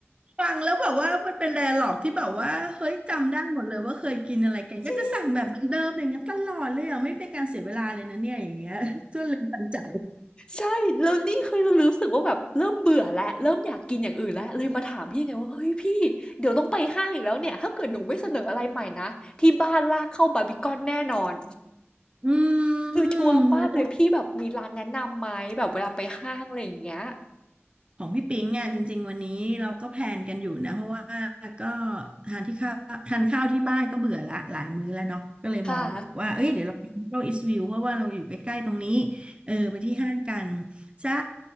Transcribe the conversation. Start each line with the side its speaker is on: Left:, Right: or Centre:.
Right: ฟังแล้วแบบว่ามันเป็น d ด a l ล g อกที่แบบว่าเฮ้ยจำได้หมดเลยว่าเคยกินอะไรกันก็จะสั่งแบบเหมือนเดิมอย่างนั้นตลอดเลยอ่ะไม่เป็นการเสียเวลาเลยนะเนี่ยอย่างเงี้ย
Left: จริง
Right: <laughs> จนเลยตันใจ
Left: ใช่แล้วนี่คือรู้สึกว่าแบบเริ่มเบื่อแล้วเริ่มอยากกินอย่างอื่นแล้วเลยมาถามพี่ไงว่าเฮ้ยพี่เดี๋ยวต้องไปห้างอีกแล้วเนี่ยถ้าเกิดหนูไม่เสนออะไรใหม่นะที่บ้านลากเข้าบาร์บีคอนแน่นอน
Right: อืม
Left: คือชัวร์ป้าบเลยพี่แบบมีร้านแนะนำไหมแบบเวลาไปห้างอะไรอย่างเงี้ย
Right: ของพี่ปิงอ่ะจริงๆวันนี้เราก็แพลนกันอยู่นะเพราะว่าก็ทานที่ข้าวทานข้าวที่บ้านก็เบื่อละหลายมื้อแล้วเนาะก็เลยมองว่าเอ้ยเดี๋ยวเราไปเที่ยวอิสวิวเพราะว่าเราอยู่ใกล้ๆตรงนี้
Left: ค่ะ
Right: เออไปที่ห้างกันจ้า